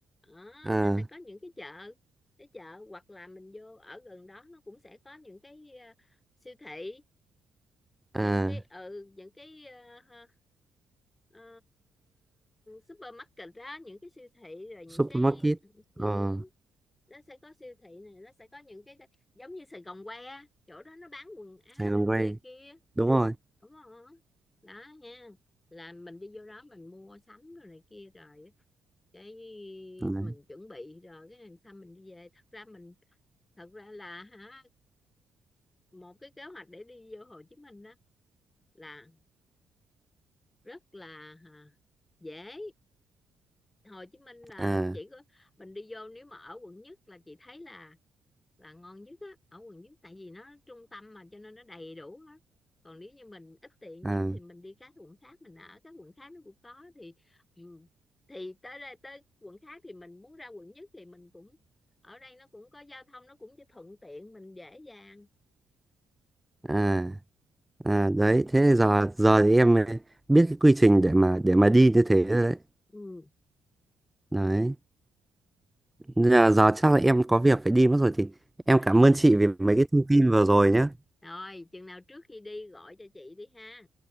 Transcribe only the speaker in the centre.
à,
à.
supermarket
ờ
Sài Gòn Way
đúng rồi
đấy
à
à
à à đấy thế giờ giờ thì em biết cái quy trình để mà để mà đi như thế rồi đấy
đấy Nên là giờ chắc là em có việc phải đi mất rồi thì
em cảm
ơn chị vì mấy cái thông tin vừa rồi nhé